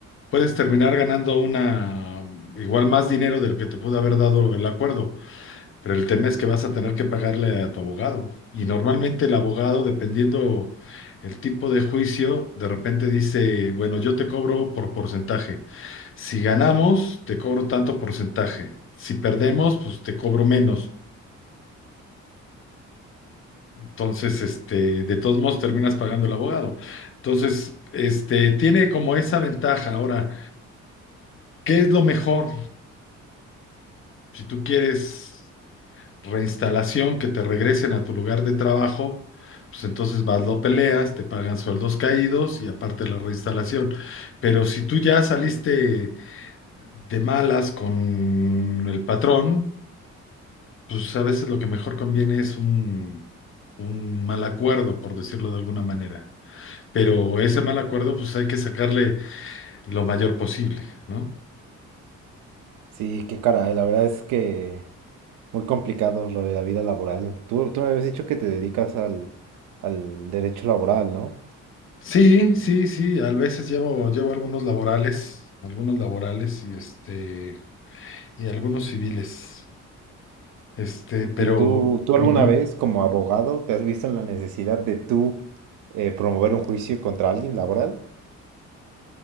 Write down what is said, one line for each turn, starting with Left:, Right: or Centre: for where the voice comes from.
Left: Puedes terminar ganando una, igual más dinero de lo que te pudo haber dado el acuerdo, pero el tema es que vas a tener que pagarle a tu abogado. Y normalmente el abogado, dependiendo el tipo de juicio, de repente dice, bueno, yo te cobro por porcentaje. Si ganamos, te cobro tanto porcentaje. Si perdemos, pues te cobro menos. Entonces, este, de todos modos terminas pagando el abogado. Entonces, este, tiene como esa ventaja. Ahora, ¿qué es lo mejor? Si tú quieres reinstalación, que te regresen a tu lugar de trabajo, pues entonces vas, lo peleas, te pagan sueldos caídos y aparte la reinstalación. Pero si tú ya saliste de malas con el patrón, pues a veces lo que mejor conviene es un, un mal acuerdo, por decirlo de alguna manera. Pero ese mal acuerdo, pues hay que sacarle lo mayor posible, ¿no?
Right: Sí, qué caray, la verdad es que muy complicado lo de la vida laboral. Tú, tú me habías dicho que te dedicas al, al derecho laboral, ¿no?
Left: Sí, sí, sí, a veces llevo, llevo algunos laborales, algunos laborales y este... y algunos civiles. Este, pero
Right: ¿Y tú, tú
Left: ujú.
Right: alguna vez como abogado te has visto en la necesidad de tú eh, promover un juicio contra alguien laboral?